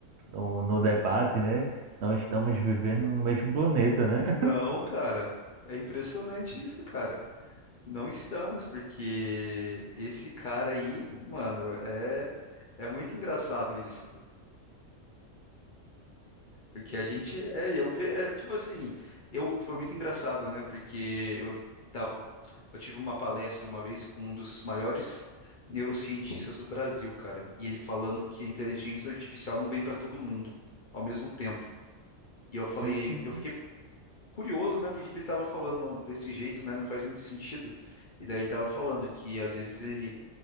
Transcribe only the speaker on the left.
Não, cara. É impressionante isso, cara. Não estamos, porque esse cara aí, mano, é, é muito engraçado isso, Porque a gente, é, eu ve, é, tipo assim, eu foi muito engraçado, né? Porque eu tava, eu tive uma palestra uma vez com um dos maiores neurocientistas do Brasil, cara, e ele falando que a inteligência artificial não vem para todo mundo ao mesmo tempo. E eu falei,
eu fiquei curioso, né? Por que que ele estava falando desse jeito, né? Não faz muito sentido. E daí ele estava falando que às vezes ele,